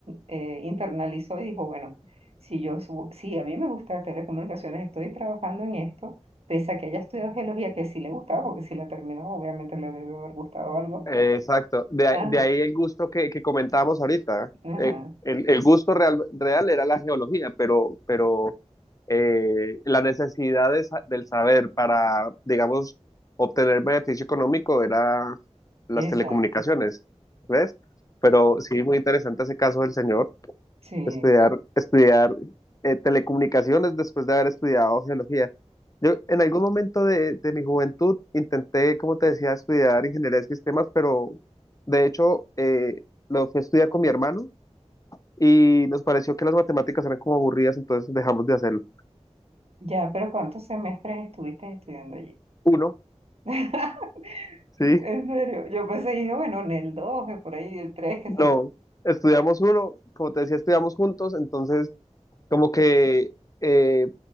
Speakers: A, on the right; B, on the left.
A: eh, internalizó y dijo, bueno, si yo, subo- si a mí me gusta telecomunicaciones, estoy trabajando en esto, pese a que haya estudiado geología, que sí le gustaba, porque si la terminó, obviamente le debe haber gustado algo.
B: Eh, exacto. De, ahí
A: Ajá,
B: de ahí el gusto que, que comentábamos ahorita.
A: ajá,
B: Eh, el, el gusto real, real era la geología, pero, pero eh, la necesidad de sa- del saber para, digamos, obtener beneficio económico era las
A: exacto.
B: telecomunicaciones, ¿ves? Pero sí, muy interesante ese caso del señor
A: Sí.
B: estudiar, estudiar eh, telecomunicaciones después de haber estudiado geología. Yo en algún momento de, de mi juventud intenté, como te decía, estudiar ingeniería de sistemas, pero de hecho eh, lo fui a estudiar con mi hermano y nos pareció que las matemáticas eran como aburridas, entonces dejamos de hacerlo.
A: Ya, pero ¿cuántos semestres estuviste estudiando allí?
B: Uno,
A: <laughs>
B: sí,
A: En serio, yo pensé, dije, bueno, en el 2, por ahí, el 3, qué
B: no,
A: sé yo.
B: estudiamos uno, como te decía, estudiamos juntos, entonces como que... eh,